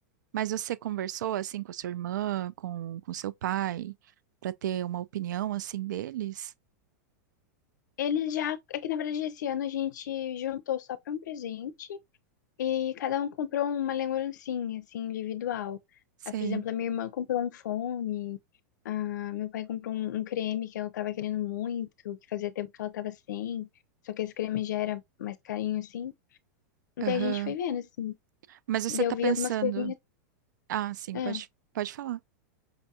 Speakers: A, on the right; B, on the left.
A: mas você conversou assim com a sua irmã, com com seu pai, pra ter uma opinião assim deles?
B: Eles já, é que na verdade esse ano a gente juntou só para um presente. E cada um comprou uma lembrancinha, assim, individual.
A: Sei.
B: Ah, por exemplo, a minha irmã comprou um fone, ah, meu pai comprou um, um creme que ela tava querendo muito, que fazia tempo que ela tava sem, só que esse creme já era mais carinho, assim. E
A: Aham.
B: daí a gente foi vendo, assim.
A: Mas você
B: Daí
A: tá
B: eu vi
A: pensando,
B: algumas coisinhas.
A: ah, sim,
B: Ah,
A: pode pode falar.